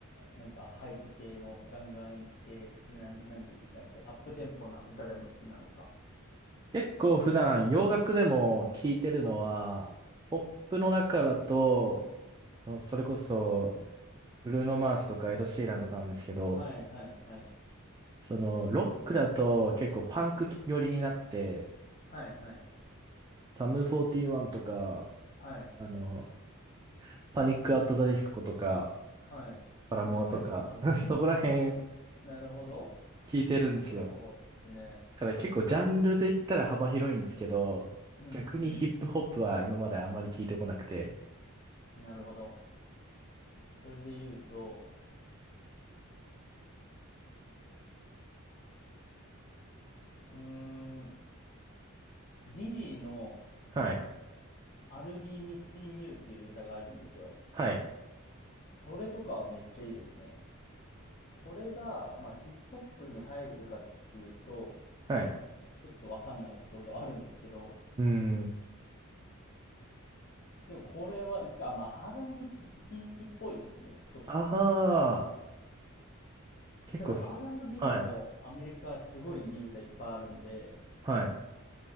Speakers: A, on the left; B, on the right.
A: なんかハイプ系のガンガンいく系、なん、なんていうんですかね、てアップテンポな歌でも好きなのか。
B: 結構普段洋楽でも聞いてるのは、ポップの中だと、のそれこそ、ブルーノ・マースとかエド・シーランとかなんですけど、
A: はいはいはい。
B: その、ロックだと結構パンク寄りになって、
A: はいはい
B: サム41とか、
A: はい。
B: あの、パニック・アット・ザ・ディスコとか、
A: はい。
B: パラモアとか、
A: 面白い。うん。
B: <laughs> そこら辺
A: うんなるほど。
B: 聞いてるんですよ。
A: そうですね。
B: だから結構ジャンルで言ったら幅広いんですけど、
A: うん
B: 逆にヒップホップは今まであまり聞いてこなくて。
A: うん。なるほど。それで言うと、うーん、ディディの
B: はい。
A: I'll be missing you っていう歌があるんですよ。
B: はい。
A: それとかはめっちゃいいですね。これが、まあ、ヒップホップに入るかっていうと、
B: はい。
A: ちょっとわかんないところではあるんですけど、
B: うーん。
A: でもこれは一回、まあ、R&B っぽいですね、少し。
B: ああ、結構す、
A: ただ R&B
B: はい。
A: もアメリカすごいいい歌いっぱいあるんで、
B: はい。